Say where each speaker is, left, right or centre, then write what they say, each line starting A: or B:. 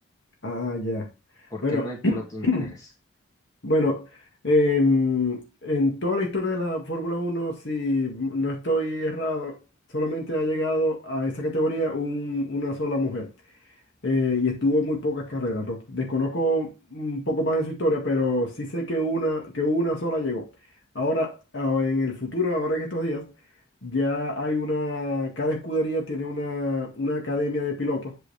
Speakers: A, on the left (about 60°); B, on the left (about 15°).
A: Ah, ya.
B: ¿Por
A: Bueno,
B: qué no hay pilotos
A: <clears throat>
B: mujeres?
A: bueno, em, en toda la historia de la Fórmula Uno si m- no estoy errado, solamente ha llegado a esa categoría un- una sola mujer. eh, y estuvo muy pocas carreras, ¿no? Desconozco un poco más de su historia, pero sí sé que una, que una sola llegó. Ahora, ah, en el futuro, ahora en estos días, ya hay una, cada escudería tiene una, una academia de pilotos.